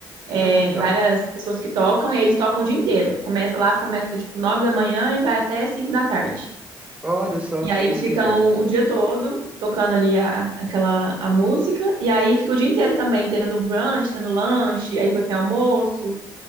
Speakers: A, on the right; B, on the right.
A: é,
B: Ah, que legal.
A: várias pessoas que tocam, e aí eles tocam o dia inteiro. Começa, lá começa, tipo, 9 da manhã e vai até 5 da tarde.
B: Olha só,
A: E
B: que
A: aí
B: delícia.
A: eles ficam o dia todo tocando ali a, aquela a música. E aí fica o dia inteiro também, tendo brunch, tendo lanche, aí depois tem almoço.